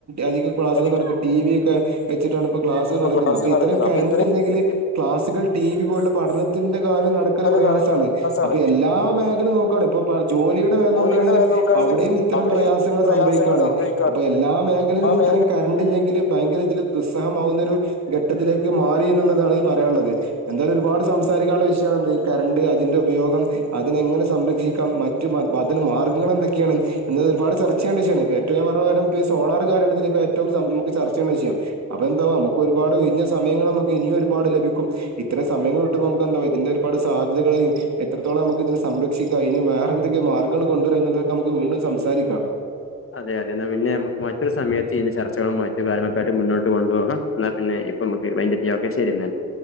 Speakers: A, on the right; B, on the left.
A: അധികം ക്ലാസ്സുകൾ
B: അധികം
A: നടക്കും. ടി വി ഒക്കെ വെച്ചിട്ടാണ് ഇപ്പോ ക്ലാസ്സുകൾ
B: ഇപ്പോ
A: നടക്കുന്നത്.
B: ക്ലാസ്
A: അപ്പോ
B: നടക്കുന്നത്
A: ഇത്തരം കറണ്ട്ണ്ടെങ്കിൽ
B: അപ്പൊ ഇത്രയും
A: ക്ലാസ്സുകൾ ടി വി പോലുള്ള പഠനത്തിന്റെ കാര്യം നടക്കല്
B: കാര്യം
A: പ്രയാസാണ്.
B: നട ക്ലാസാണ്
A: അപ്പൊ എല്ലാ മേഖല നോക്കുവാണ്, ഇപ്പൊ പ്പൊ ജോലിയുടെ മേഖല നോക്കാണെങ്കിലും
B: ജോലിയുടെ
A: നോക്കുയാണെങ്കിലും
B: മേഖല നോക്കുകയാണെങ്കിൽ
A: അവിടെയും ഇത്തരം
B: അവിടെയും
A: പ്രയാസങ്ങൾ
B: പ്രയാസങ്ങൾ
A: സംഭവിക്കാണ്.
B: സംഭവിക്കാണ്
A: അപ്പൊ എല്ലാ മേഖലയിലും
B: ആ
A: ഇത്തരം
B: മേഖല
A: കറണ്ട് ഇല്ലെങ്കില് ഭയങ്കര ഇതിൽ റിസ് ഹമാവുന്ന ഒരു ഘട്ടത്തിലേക്ക് മാറി എന്ന്ള്ളതാണ് ഈ പറയാള്ളത്. എന്തായാലും ഒരുപാട് സംസാരിക്കാള്ള വിഷയാണ് എന്ത് ഈ കറണ്ട്, അതിന്റെ ഉപയോഗം, അതിനെങ്ങനെ സംരക്ഷിക്കാം, മറ്റു അതിന് മാർഗങ്ങൾ എന്തൊ ക്കെയാണ് എന്നത് ഒരുപാട് ചർച്ച ചെയ്യേണ്ട വിഷയാണ്. ഇപ്പ ഏറ്റ പകരം പ്പീ സോളാർ കാരണം ഇതിലിപ്പൊ ഏറ്റവും സം ചർച്ച ചെയണ്ട വിശയാണ്. അപ്പൊ എന്താവാ അമ്മക്ക് ഒരുപാട് ഒയ്ഞ്ഞ സമയങ്ങളമ്മക്ക് ഇനിയും ഒരുപാട് ലഭിക്കും. ഇത്തരം സമയങ്ങള്ട്ട്മ്പൊ മുക്ക് എന്താ വ ഇതിന്റെ ഒരുപാട് സാധ്യതകള്, എത്രത്തോളം അമ്മക്ക്തിന സംരക്ഷിക്കാ, അയ്ന് വേറെന്തൊക്കെ മാർഗ്ങ്ങൾ കൊണ്ടുവരാ എന്ന്ള്ള ഒക് ക്കെമുക്ക് വീണ്ടും സംസാരിക്കാം
B: അതെ അതെ എന്നാ പിന്നെ നമുക്ക് മറ്റൊരു സമയത്ത് ഇതിന്റെ ചർച്ചകളും മറ്റും കാര്യങ്ങളൊക്കെ യിട്ട് മുന്നോട്ട് കൊണ്ടുപോക. ന്നാ പിന്നെ ഇപ്പമ്മക്ക് വൈന്റ് അപ്പ് ചെയ്യാം, ഓകെ ശരിന്നാല്